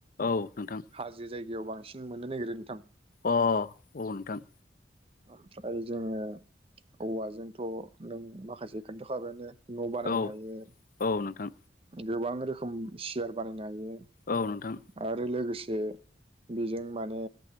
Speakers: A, on the left; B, on the right.
A: औ नोंथां
B: हाजो जायगायाव बांसिन मोननो नागिरो नोंथां
A: अ औ नोंथां
B: ओमफाय जोङो औवाजोंथ' नों माखासे खोन्थाखाबायानो न' बानायनो
A: औ
B: हायो
A: औ नोंथां
B: गोबां रोखोम सियार बानायनो हायो
A: औ नोंथां
B: आरो लोगोसे जे बेजों माने